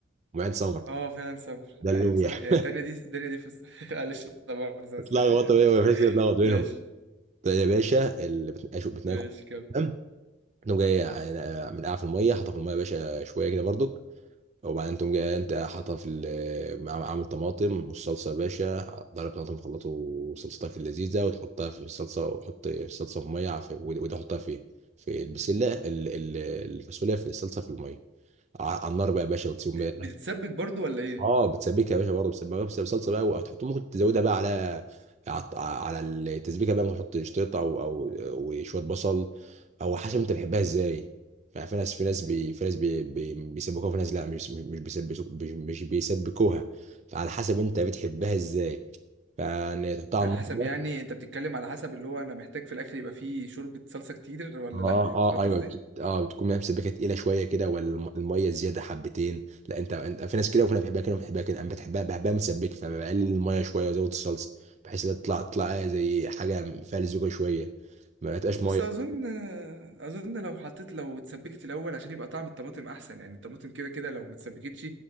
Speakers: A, on the right; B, on the right.
A: وعين سمراء
B: اه فعلا صبر
A: ده
B: ايوع
A: اللوبيا
B: صح يعني التانية دي الدنيا دي فص... <laughs> معلش لا مؤاخذة
A: <laughs> اتلخبط
B: بس يعني
A: بيه وما فيش كده اتلخبط بينهم
B: ماشي
A: طيب يا باشا اللي بتناكل بتناكل
B: ماشي كمل
A: تمام تقوم جاي آه، من قاع في الميه حاطه في الميه يا باشا شويه كده برضو وبعدين تقوم جاي انت حاطها في ال- عام- عامل طماطم والصلصه يا باشا ضرب طماطم خلطه وصلصتك اللذيذه وتحطها في الصلصه وحط الصلصه في ميه في وده حطها في في البسله ال- ال- الفاصوليا في الصلصه في الميه ع- على النار بقى يا باشا وتسيبهم
B: بتتسبك برضو ولا ايه
A: اه بتسبكها يا باشا برضه بتسبكها بس بصلصه بقى وهتحط ممكن تزودها بقى على عط- على التسبيكه بقى ممكن تحط شطيطه او او وشويه بصل او حسب انت بتحبها ازاي يعني في ناس في ناس بي في ناس بي بي بيسبكوها وفي ناس لا مش مش مش بيسبكو- مش مش بيسبكوها فعلى حسب انت بتحبها ازاي فيعني تحطها على
B: على حسب
A: النار
B: يعني انت بتتكلم على حسب اللي هو انا محتاج في الاخر يبقى فيه شوربة صلصة كتير ولا
A: اه
B: لا
A: اه
B: فاهم
A: اه ايوه
B: قصدي
A: بت- اه بتكون ميه مسبكه تقيله شويه كده والميه زياده حبتين لا انت انت في ناس كده وفي ناس بتحبها كده وفي ناس بتحبها كده انا بتحبها بحبها مسبكه فبقلل الميه شويه وازود الصلصه بحيث انها تطلع تطلع زي حاجه فيها لزوجه شويه ما تبقاش ميه
B: بس اظن اظن لو حطيت لو اتسبكت الاول عشان يبقى طعم الطماطم احسن يعني الطماطم كده كده لو ما اتسبكتش